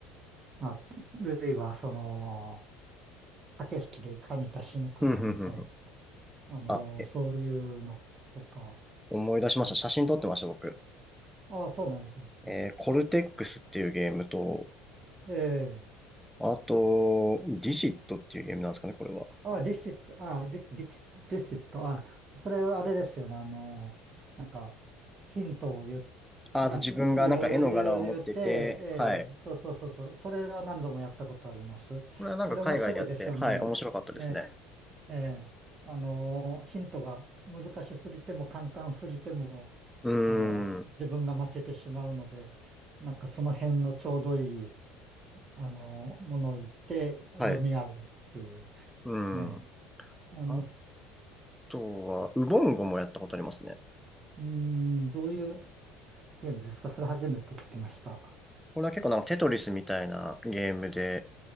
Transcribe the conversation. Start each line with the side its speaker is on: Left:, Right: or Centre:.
Right: ら、あ、るいはその、駆け引きでいかに出し抜くかみたい
Centre: ふんふんふんふん。
Right: な、あの、
Centre: あ、え、
Right: そういうのとか、
Centre: 思い出しました。
Right: うん、
Centre: 写真撮ってました、僕。
Right: ああ、そうなんですよ。
Centre: えーコルテックスっていうゲームと、
Right: ええ
Centre: あと、ディジットっていうゲームなんですかね、これは。
Right: ああ、ディシット、ああ、ディ、ディスディシット、ああ、それあれですよね、あの、なんか、ヒントを言う、
Centre: あ、
Right: なんか、
Centre: あと自分がなんか絵の柄を持ってて、
Right: 言う、言う、言って、ええそうそうそうそう、
Centre: はい。
Right: それは何度もやったことあります。
Centre: これはなんか海外でやって、
Right: あれ面白いですよね。
Centre: はい、面白かったですね。
Right: ええ、ええ、あの、ヒントが難しすぎても簡単すぎても、
Centre: うーん。
Right: あの、自分が負けてしまうので、なんかその辺のちょうどいい、あの、ものを言って読み合うっていう、
Centre: はい。うん。
Right: ね。あの
Centre: あとは、ウボンゴもやったことありますね。
Right: うーん、どういうゲームですかそれ初めて聞きました。
Centre: これは結構なんかテトリスみたいなゲームで、